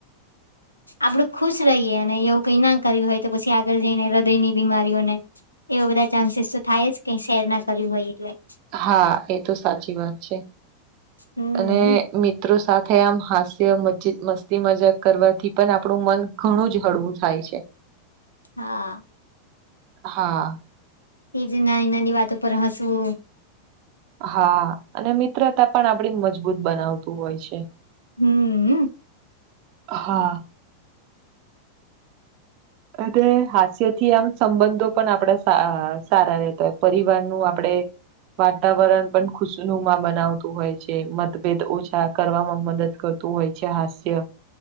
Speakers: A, on the right; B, on the left.
A: <inaudible>
B: આપડું ખુશ રહીએ અને એવું કઈ ના કર્યું હોય તો પછી આગળ જઈને હૃદય ની બીમારીઓને એવા બધા ચાન્સીસ તો થાય જ કઈ શેર ના કર્યું હોય એટલે
A: હા એ તો સાચી વાત છે
B: હમ
A: અને મિત્રો સાથે આમ હાસ્ય મ મસ્તી મજાક કરવાથી પણ આપણું મન ઘણું જ હળવું થાય છે
B: હા
A: હા
B: એ જ નાની નાની વાતો પર હસવું
A: હા અને મિત્રતા પણ આપડી મજબૂત બનાવતું હોય છે
B: હમ
A: હા અને હાસ્ય થી આમ સંબંધો પણ આપણે સારા રહેેતા હોય પરિવાર નું આપડે વાતાવરણ પણ ખુશનુમાં બનાવતું હોય છે મતભેદ ઓછા કરવામાં મદદ કર હોય છે હાસ્ય